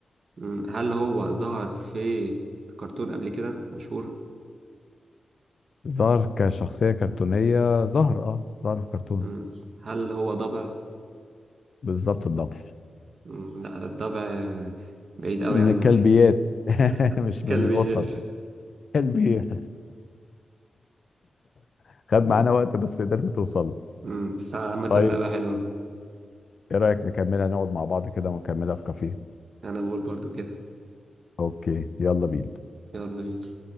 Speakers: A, on the right; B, on the left.
A: مم. هل هو ظهر في كرتون قبل كده مشهور
B: ظهر كشخصية كرتونية ظهر اه ظهر في كرتون
A: مم. هل هو ضبع
B: بالظبط الضبط
A: مم. لا ده الضبع بعيد قوي
B: من
A: عني
B: الكلبيات <laughs>
A: <laughs>
B: مش
A: كلبيات
B: من القطط كلبيات <laughs> خد
A: مم.
B: معانا وقت بس قدرت توصل
A: مم. بس عامة
B: طيب
A: لعبة حلوة
B: ايه رأيك نكملها نقعد مع بعض كده ونكملها في كافيه
A: انا بقول برضو كده
B: اوكي يلا بينا
A: يلا بينا